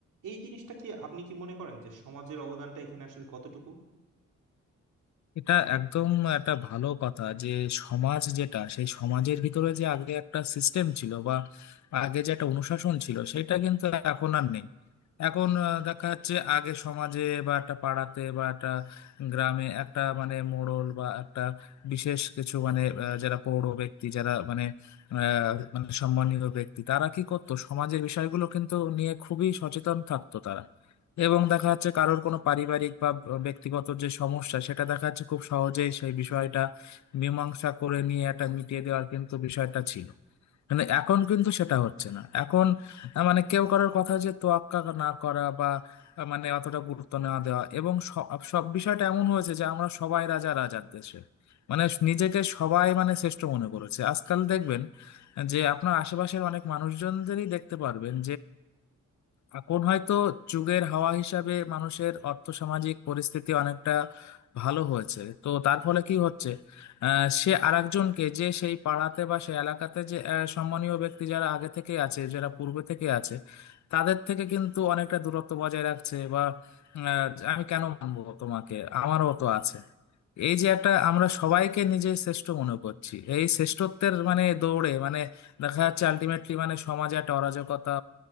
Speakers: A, on the right (about 80°); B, on the left (about 65°).
A: এই জিনিসটা কি আপনি কি মনে করেন যে সমাজের অবদানটা এখানে আসলে কতটুকু
B: এটা একদম একটা ভালো কথা যে সমাজ যেটা সেই সমাজের ভিতরে যে আগে একটা সিস্টেম ছিল বা আগে যে একটা অনুশাসন ছিল সেটা কিন্তু এখন আর নেই এখন আহ, দেখা যাচ্ছে আগে সমাজে বা একটা পাড়াতে বা একটা গ্রামে একটা মানে মোড়ল বা একটা বিশেষ কিছু মানে আহ, যারা পৌর ব্যক্তি যারা মানে আহ, মানে সম্মানীয় ব্যক্তি তারা কি করতো সমাজের বিষয়গুলো কিন্তু নিয়ে খুবই সচেতন থাকতো তারা এবং দেখা যাচ্ছে কারোর কোনো পারিবারিক বা ব্যক্তিগত যে সমস্যা সেটা দেখা যাচ্ছে খুব সহজেই সেই বিষয়টা মীমাংসা করে নিয়ে এটা মিটিয়ে দেওয়ার কিন্তু বিষয়টা ছিল মানে এখন কিন্তু সেটা হচ্ছে না এখন আহ, মানে কেউ কারোর কথা যে তোয়াক্কা না করা বা আহ, মানে অতটা গুরুত্ব না দেওয়া এবং সব সব বিষয়টা এমন হয়েছে যে আমরা সবাই রাজা রাজার দেশে মানে নিজেকে সবাই মানে শ্রেষ্ঠ মনে করেছে আজকাল দেখবেন যে আপনার আশেপাশের অনেক মানুষজনদেরই দেখতে পারবেন এখন হয়তো যুগের হাওয়া হিসাবে মানুষের অর্থসামাজিক পরিস্থিতি অনেকটা ভালো হয়েছে তো তার ফলে কি হচ্ছে আহ, সে আরেকজনকে যে সেই পাড়াতে বা সেই এলাকাতে যে আহ, সম্মানীয় ব্যক্তি যারা আগে থেকে আছে যারা পূর্বে থেকে আছে তাদের থেকে কিন্তু অনেকটা দূরত্ব বজায় রাখছে বা আহ, আমি কেন মানবো তোমাকে আমারও তো আছে এই যে একটা আমরা সবাইকে নিজে শ্রেষ্ঠ মনে করছি এই শ্রেষ্ঠত্বের মানে দৌড়ে মানে দেখা যাচ্ছে আলটিমেটলি মানে সমাজে একটা অরাজকতা